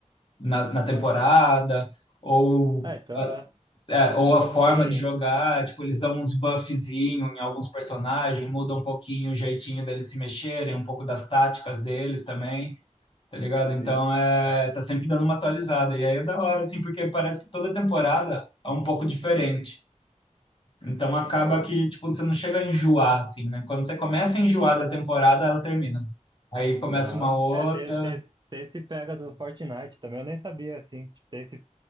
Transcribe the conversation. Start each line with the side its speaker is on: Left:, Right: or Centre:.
Left: na, na temporada
Right: Aham.
Left: ou
Right: É, então, ah,
Left: é, ou a forma
Right: tem,
Left: de jogar, tipo, eles dão uns buffzinho em alguns personagens, mudam um pouquinho o jeitinho deles se mexerem, um pouco das táticas deles também, tá ligado?
Right: sim.
Left: Então, é, tá sempre dando uma atualizada. E aí é da hora, assim, porque parece que toda temporada é um pouco diferente. Então, acaba que, tipo, você não chega a enjoar, assim, né? Quando você começa a enjoar da temporada, ela termina. Aí começa
Right: Aham.
Left: uma outra.
Right: É, tem, tem, tem esse pega do Fortnite também. Eu nem sabia, assim. Tipo, Tem esse